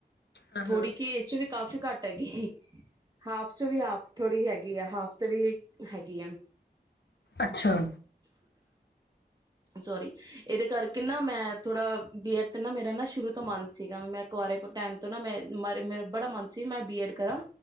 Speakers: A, on the left; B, on the right.
A: ਹਾਂ
B: ਥੋੜੀ
A: ਹਾਂ
B: ਕਿ ਘੱਟ ਹੈਗੀ ਹਾਫ ਚ ਵੀ ਹਾਫ ਥੋੜੀ ਹੈਗੀ ਆ ਹਾਫ ਤੋਂ ਵੀ ਹੈਗੀ ਆ
A: ਅੱਛਾ
B: ਸੋਰੀ ਇਹਦੇ ਕਰਕੇ ਕਿਹਿੰਨਾ ਮੈਂ ਥੋੜਾ ਬੀ ਐਡ ਤੇ ਨਾ ਮੇਰਾ ਨਾ ਸ਼ੁਰੂ ਮੰਦ ਸੀਗਾ ਮੈਂਰੇ ਟਾਈਮ ਤੋਂ ਨਾ ਮੈਂ ਮ ਮੇਰੇ ਬੜਾ ਮਨ ਸੀ ਮੈਂ ਬੀਐਡ ਕਰਾਂ